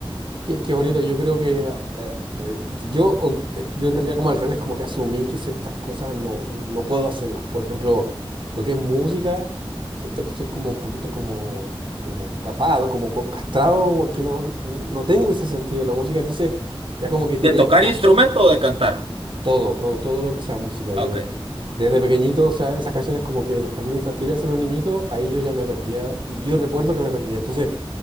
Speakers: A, on the right; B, on the right.
A: Qué, qué bonito, yo creo que eh, eh, yo, um, eh, yo en realidad como al revés, como que asumí que ciertas cosas no, no puedo hacerlas. Por ejemplo, lo que es música, siento que estoy como un poquito como, como capado, como co- castrado, porque no, no tengo ese sentido de la música. Entonces, ya como que tiré
B: ¿De
A: las
B: tocar
A: po-
B: instrumento o de cantar?
A: todo, todo, todo lo que sea música.
B: Ah,
A: Yo
B: Ok,
A: desde pequeñito, o sea, esas canciones como que los jardines infantiles hacen los niñitos, ahí yo ya me perdía y yo recuerdo que me perdía. Entonces,